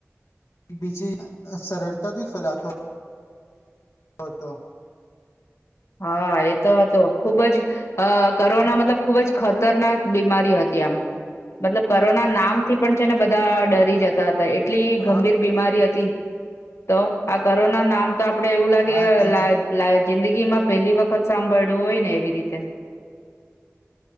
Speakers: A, on the left; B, on the left.
A: બીજી સરળતાથી ફેલાતો હતો
B: હા એતો હતો. ખુબ જ અ કરોના મતલબ ખુબ જ ખતરનાક બીમારી હતી આમ મતલબ કરોના નામથી પણ છે ને બધા ડરી જતા તા એટ એટલી ગંભીર
A: હા
B: બીમારી હતી. તો આ કરોના નામ તો આપડે એવું લાગે
A: હા તે
B: લાય લાય જિંદગીમાં પેલી વખત સાંભળ્યું હોય ને એવી રીતે